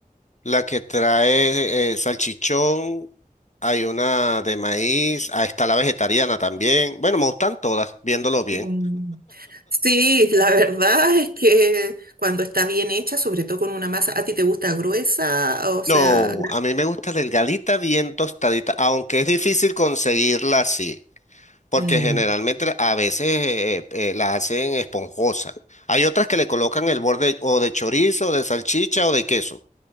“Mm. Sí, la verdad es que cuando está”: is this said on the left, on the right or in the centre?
Right